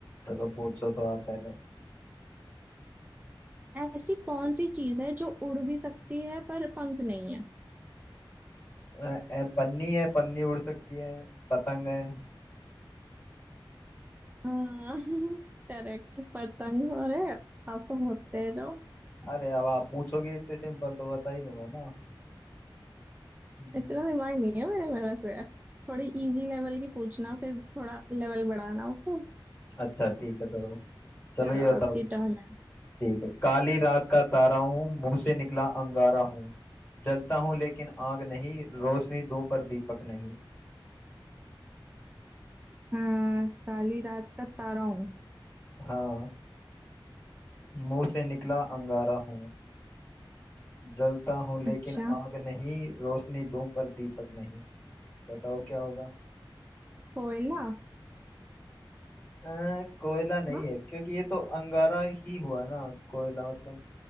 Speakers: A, on the left; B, on the right.
A: चलो पूछो तो आप पहले
B: ऐसी कौन सी चीज है जो उड़ भी सकती है पर पंख नहीं है
A: अ, अ, पन्नी है पन्नी उड़ सकती है पतंग है
B: हाँ <laughs> करेक्ट पतंग अरे आप तो बहुत तेज हो
A: अरे अब आप पूछोगे इतने सिंपल तो बता ही दूंगा ना हम्म,
B: इतना दिमाग नहीं है मेरे में वैसे थोड़ी इजी लेवल की पूछना फिर थोड़ा लेवल बढ़ाना ओके
A: अच्छा ठीक है चलो चलो
B: चलो
A: ये बताओ
B: आपकी टर्न है
A: ठीक है काली रात का तारा हूँ मुंह से निकला अंगारा हूँ जलता हूँ लेकिन आग नहीं रोशनी दूं पर दीपक नहीं
B: हाँ काली रात का तारा हूँ
A: हाँ मुंह से निकला अंगारा हूँ जलता हूँ लेकिन
B: अच्छा
A: आग नहीं रोशनी दूं पर दीपक नहीं बताओ क्या होगा
B: कोयला
A: अ, कोयला नहीं
B: ना
A: है क्योंकि ये तो अंगारा ही हुआ ना कोयला मतलब